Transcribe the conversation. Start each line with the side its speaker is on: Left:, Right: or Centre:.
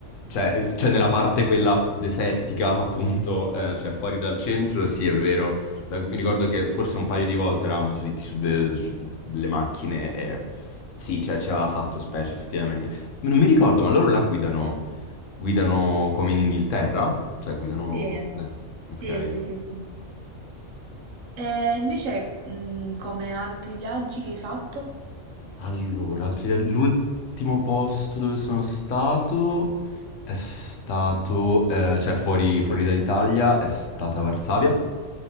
Left: Cioè, cioè, nella parte quella desertica, appunto, eh, cioè fuori dal centro, sì, è vero. La- mi ricordo che forse un paio di volte eravamo saliti su, de- su delle macchine e sì, cioè ci aveva fatto specie, effettivamente. Non mi ricordo, ma loro la guidano, guidano come in Inghilterra? Cioè, guidano...
Right: Sì,
Left: beh,
Right: sì,
Left: ok.
Right: sì, sì, sì. E invece, mh, come altri viaggi che hai fatto?
Left: Allora, altri viaggi- l'ultimo posto dove sono stato è stato, eh, cioè fuori, fuori dall'Italia, è stata Varsavia.